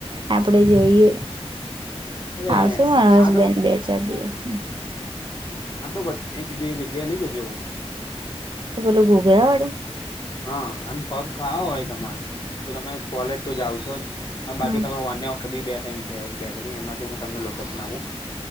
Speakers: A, on the right (about 45°); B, on the left (about 40°).
A: આપડે જોઈએ
B: એટલે
A: આવશે મારો
B: હા
A: હસબેન્ન
B: તો
A: બે ચાર દિવસમાં
B: હા તો પછ મે કીધું એ જગ્યાએ લઈ જ જો
A: કે પેલો ગોગ્યા વાડું.
B: હા, અને પફ ખાવા હોય તમારે તો, તમે કોલેજ તો જાઓ છો જ. હ બાકી
A: હમ
B: તમારું વાન્યા વાળ બી બે ત છે એક બેકરી એમાં હું, તમને લોકેશન આપું.